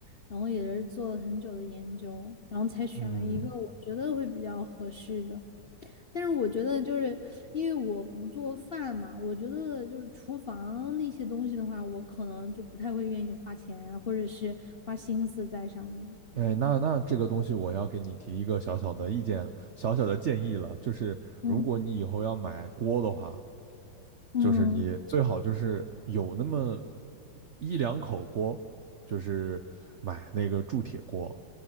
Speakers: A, on the left; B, on the right.
A: 然后也是做了很久的研究，然后才选了一个我觉得会比较合适的。
B: 嗯，
A: 但是我觉得就是因为我不做饭嘛，我觉得就是厨房那些东西的话，我可能就不太会愿意花钱啊或者是花心思在上面。
B: 哎，那那这个东西我要给你提一个小小的意见，小小的建议了，就是如果你以后要买锅的话。
A: 嗯嗯
B: 就是你最好就是有那么一两口锅，就是买那个铸铁锅。